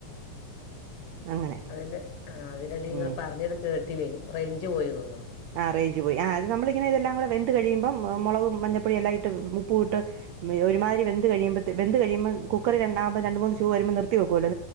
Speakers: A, on the right; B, on the left.
A: അങ്ങനെ
B: അതിന്റെ ആ അതിന്ടി നിങ്ങൾ
A: ഉം
B: പറഞ്ഞത് കേട്ടില്ലേ റേഞ്ച് പോയി തോന്നുന്നു
A: ആ അറേഞ്ച് പോയി ആ അത്മ്മളിങ്ങനെ ഇതൊം കൂടെ വെന്ത് കഴിയുമ്പം മുളകും മഞ്ഞപ്പൊടിയും എല്ലാംട്ട് ഉപ്പ ഇട്ട് ഒരുതിരി വെന്ത് കഴിയുമ്പ വെന്ത് കഴിയുമ്പ കുക്കറി ര മൂന്ന് ഷൂ വരുമ്പോ നിർത്തി വെക്കല്ലോി